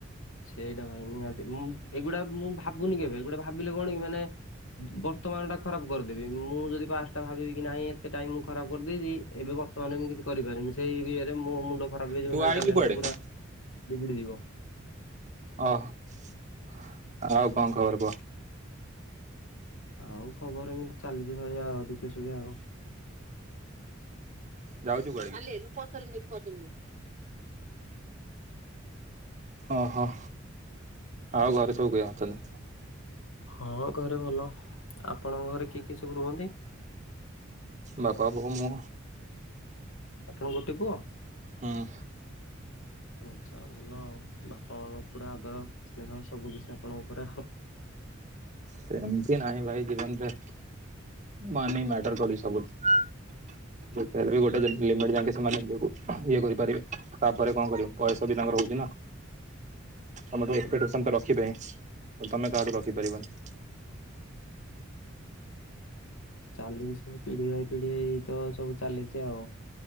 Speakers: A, on the left; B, on the right.
A: ସେଇଟା ଭାଇ ନିହାତି ମୁଁ ଏଇଗୁଡା ମୁଁ ଭାବୁନି କେବେ ଏଗୁଡା ଭାବିଲେ କଣ କି ମାନେ ବର୍ତ୍ତମାନ ଟା ଖରାପ କରିଦେବି। ମୁଁ ଯଦି ପାଷ୍ଟଟା ଭାବିବି କି ନାହିଁ ଏତେ ଟାଇମ ମୁ ଖରାପ କରିଦେଇଚି। ଏବେ ବର୍ତ୍ତମାନ ମୁଁ କିଛି କରିପାରିବିନି ସେଇ ଏରୀୟାରେ ମୋ ମୁଣ୍ଡ ଖରାପ ହେଇଯିବ।
B: ତୁ
A: ମେଣ୍ଟାଲ୍
B: ଆଇଛୁ
A: ହେଲାଥ
B: କୁଆଡେ?
A: ପୁରା ବିଗିଡିଯିବ।
B: ଓହୋ ଆଉ କଣ ଖବର କୁହ?
A: ଆଉ ଖବର ଏମିତି ଚାଲିଚି ଭାଇ ଆଉ ଦୁଖେ ଶୁଖେ ଆଉ।
B: ଯାଉଚ କୁଆଡେ? ଓହୋ ଆଉ ଘରେ ସବୁ କିଏ ଅଛନ୍ତି?
A: ହଁ ଘରେ ଭଲ। ଆପଣଙ୍କ ଘରେ କିଏ କିଏ ସବୁ ରୁହନ୍ତି?
B: ବାପା, ବୋଉ, ମୁଁ।
A: ଆପଣ ଗୋଟେ ପୁଅ?
B: ହଁ।
A: <inaudible> ଆଛା ଭଲ ଆଉ ବାପା ମାଙ୍କ ପୁରା ଆଦର ସ୍ନେହ ସବୁ କିିଛି ଆପଣଙ୍କ ଉପରେ ଆଉ।
B: ସେମିତି ନାହିଁ ଭାଇ ଜୀବନରେ ମନି ମ୍ୟାଟର କରିବ ସବୁଠୀ। ଯେତେ ହେଲେ ବି ଗୋଟେ ଲିମ୍ ଲିମିଟ୍ ଯାଙ୍କେ ସେମାନେ ନିଜକୁ ଇଏ କରିପାରିବେ ତାପରେ କଣ କରିବ ପଇସା ବି ତାଙ୍କର ହଉଛି ନା। ତମଠୁ ଏକ୍ସପେକ୍ଟେସନ୍
A: ହୁଁ
B: ତ ରଖିବେ ହିଁ ତମେ କାହାଠୁ ରଖିପାରିବନି।
A: ହୁଁ। ଚାଲିଛି ପିଢି ବାଇ ପିଢି ଏଇ ତ ସବୁ ଚାଲିଛି ଆଉ।